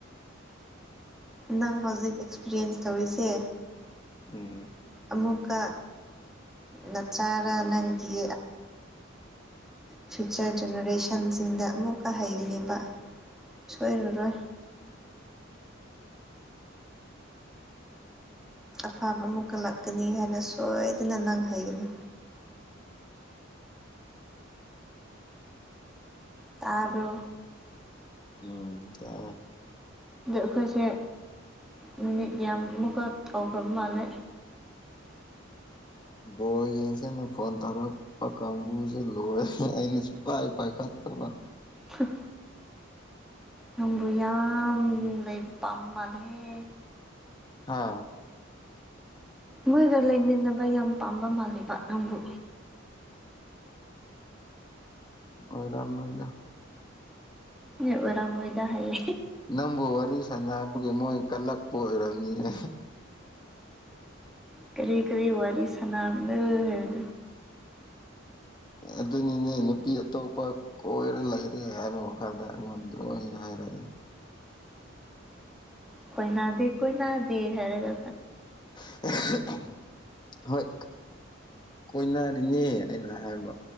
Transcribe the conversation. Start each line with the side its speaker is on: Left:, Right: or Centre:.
Centre: ꯅꯪ ꯍꯧꯖꯤꯛ ꯑꯦꯛꯁꯄꯤꯔꯤꯌꯦꯟꯁ ꯇꯧꯔꯤꯁꯦ
Left: ꯎꯝ
Centre: ꯑꯃꯨꯀ ꯅꯆꯥꯔ ꯅꯪꯒꯤ ꯐ꯭ꯌꯨꯆꯔ ꯖꯦꯅꯦꯔꯦꯁꯟꯁꯤꯡꯗ ꯑꯃꯨꯛꯀ ꯍꯩꯕ ꯁꯣꯏꯔꯔꯣꯏ ꯑꯐꯕ ꯑꯃꯨꯛ ꯀꯠꯂꯛꯀꯅꯤ ꯍꯥꯏꯅ ꯁꯣꯏꯗꯅ ꯅꯪ ꯍꯥꯏꯩꯒꯅꯤ ꯇꯥꯕ꯭ꯔꯣ
Left: ꯎꯝ ꯇ
Centre: ꯑꯗꯣ ꯑꯩꯈꯣꯏꯁꯦ ꯅꯨꯅꯤꯠ ꯌꯥꯝꯃꯨꯛꯀ ꯇꯧꯈ꯭ꯔꯕ ꯃꯥꯜꯂꯦ
Left: ꯕꯣꯜ ꯌꯦꯡꯁꯤꯅ ꯐꯣꯟ ꯇꯧꯔꯛꯄ꯫ ꯄꯥ ꯀꯥꯡꯕꯨꯁꯦ ꯂꯣꯏꯔꯦ ꯑꯩꯅꯁꯨ ꯄꯥꯏ ꯄꯥꯏꯈꯠꯇ꯭ꯔꯕ꯫
Centre: ꯍꯨꯟ ꯅꯪꯕꯨ ꯌꯥꯝ ꯂꯩꯕ ꯄꯥꯝ ꯃꯥꯜꯂꯍꯦ
Left: ꯍꯥꯥ
Centre: ꯃꯣꯏꯒ ꯂꯩꯃꯤꯟꯅꯕ ꯌꯥꯝ ꯄꯥꯝꯕ ꯃꯥꯜꯂꯤꯕ ꯅꯪꯕꯨ
Left: ꯑꯣꯏꯣꯏꯔꯝꯅꯣꯏꯗ
Centre: ꯃꯤ ꯑꯣꯏꯔꯝ ꯑꯣꯏꯣꯏꯗꯥ ꯍꯥꯏꯌꯦꯌꯦ
Left: ꯅꯪꯕꯨ ꯋꯥꯔꯤ ꯁꯥꯟꯅꯕꯒꯤ ꯃꯣꯏ ꯀꯜꯂꯛꯄ ꯑꯣꯏꯔꯕꯝꯅꯤꯍ
Centre: ꯀꯔꯤ ꯀꯔꯤ ꯋꯥꯔꯤ ꯁꯅꯥꯝ ꯂꯩ
Left: ꯑꯗꯨꯅꯤꯅꯦ ꯅꯨꯄꯤ ꯑꯇꯣꯞꯄ ꯀꯣꯏꯔꯦ ꯂꯩꯔꯦ ꯍꯥꯏꯕ ꯋꯥꯈꯥꯗ ꯃꯗꯨ ꯍꯥꯏꯔꯛꯏꯦ
Centre: ꯀꯣꯏꯅꯥꯗꯦ ꯀꯣꯏꯅꯗꯦ ꯍꯥꯏꯔꯒ
Left: <unintelligible> ꯍꯣꯏ ꯀꯣꯏꯅꯔꯤꯅꯦ ꯑꯩꯅ ꯍꯥꯏꯕ